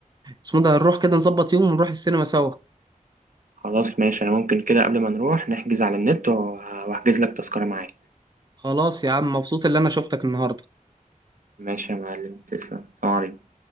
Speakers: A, on the right; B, on the right.
A: اسمه ده نروح كده نظبط يوم ونروح السينما سوا
B: خلاص ماشي أنا ممكن كده قبل ما نروح نحجز على النت وه- وهحجز لك تذكرة معايا
A: خلاص يا عم مبسوط اللي انا شفتك النهارده
B: ماشي يا معلم تسلم السلام عليكم